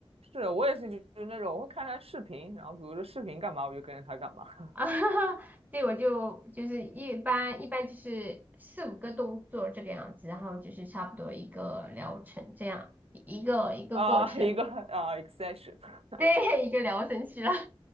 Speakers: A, on the right; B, on the right.
A: 是我也是，就是那种我会看他视频，然后比如说视频干嘛，我就跟着他干嘛 <laughs>
B: 啊，<laughs> 对，我就就是一般一般就是四五个动作这个样子，然后就是差不多一个疗程这样，一个一个过程，
A: 啊、一个啊、e x e s t i o n
B: 对，<laughs> 一个疗程去了。<laughs>